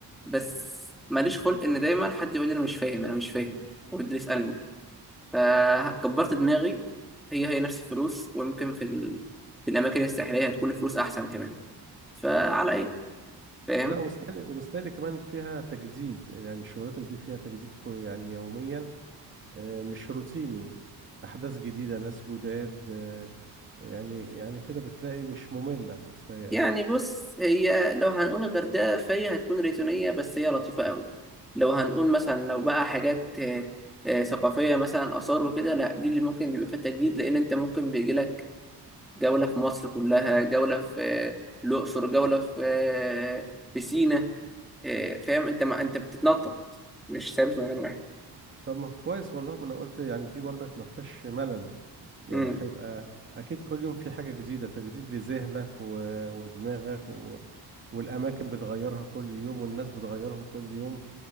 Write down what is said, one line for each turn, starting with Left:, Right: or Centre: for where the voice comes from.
Centre: بس ماليش خلق إن دايما حد يقول لي أنا مش فاهم أنا مش فاهم ويبدأ يسألني فكبرت دماغي هي هي نفس الفلوس ويمكن في ال... في الأماكن الساحلية هتكون الفلوس أحسن كمان فعلى إيه فاهم
Right: لا ومستاهل ومستاهل كمان فيها تجديد يعني شغلتك دي فيها تجديد كل يعني يوميا آه، مش روتيني احداث جديده ناس جداد آه، يعني يعني كده بتلاقي مش ممله مستاهل
Centre: يعني بص هي لو هنقول الغردقة فهي هتكون ريتونية بس هي لطيفة قوي لو هنقول مثلا لو بقى حاجات آه، آه، ثقافية مثلا آثار وكده لا دي اللي ممكن بيبقى فيها تجديد لأن أنت ممكن بيجيلك جولة في مصر كلها جولة في آه، الأقصر جولة في آه، في سينا آه، فاهم أنت ما أنت بتتنطط مش ثابت في مكان واحد
Right: طب ما كويس والله ما انا قلت يعني دي برضك ما فيهاش ملل يعني
Centre: مم.
Right: هيبقى اكيد كل يوم في حاجه جديده تجديد لذهنك و... ودماغك و... والاماكن بتغيرها كل يوم والناس بتغيرهم كل يوم